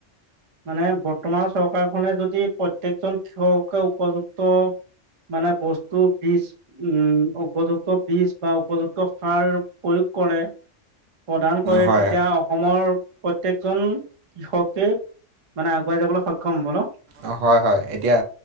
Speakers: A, on the right (about 45°); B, on the right (about 85°).
A: মানে বৰ্তমানৰ চৰকাৰখনে য যদি প্ৰত্যেকজন কৃষককে উপযুক্ত মানে বস্তু বীজ উম- উপযুক্ত বীজ বা উপযুক্ত সাৰ প্ৰয়োগ কৰে, প্ৰধান কৰে
B: হয়
A: তেতিয়া অসমৰ প্ৰত্যেকজন কৃষকে মানে আগুৱাই যাবলৈ সক্ষম হ'ব ন?
B: অ' হয় - হয়, এতিয়া